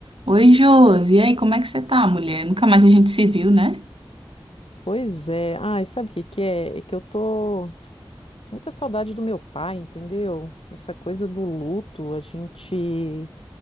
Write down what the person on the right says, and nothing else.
Oi, Josi. E aí, como é que você tá, mulher? Nunca mais a gente se viu, né?